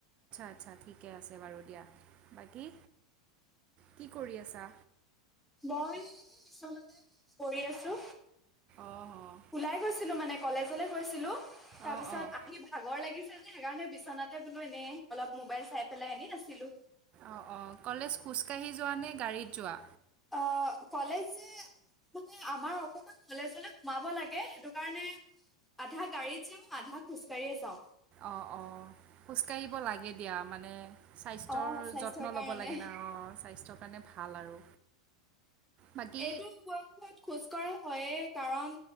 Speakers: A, on the right (about 40°); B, in the centre.
A: আচ্ছা ঠিকে আছে বাৰু দিয়া বাকী কি কৰি আছা
B: মই এনে বিছনাতে পৰি আছো
A: অঁ অঁ
B: ওলাই গৈছিলো মানে কলেজলৈ গৈছিলোঁ তাৰ
A: অঁ
B: পিছত
A: অঁ
B: আহি ভাগৰ লাগিছে যে সেইকাৰণে বিচনাতে বোলো এনেই অলপ মোবাইল চাই পেলাই এনেই আছিলো
A: অ অ কলেজ খোজকাাঢ়ি যোৱা নে গাড়ীত যোৱা
B: অ কলেজ যে মানে আমাৰ অকণমান কলেজলে সোমাব লাগে সেইটো কাৰণে আধা গাড়ীত যাওঁ আধা খোজকাঢ়িয়ে যাওঁ
A: অঁ অঁ খোজকাঢ়িব লাগে দিয়া মানে স্বাস্থ্যৰ
B: অ স্বাস্থ্যৰ
A: যত্ন
B: কাৰণে
A: ল'ব লাগে ন অঁ স্বাস্থ্য কাৰণে ভাল আৰু বাকী
B: এইটো বয়সত খোজ কঢ়া হয়য়ে কাৰণ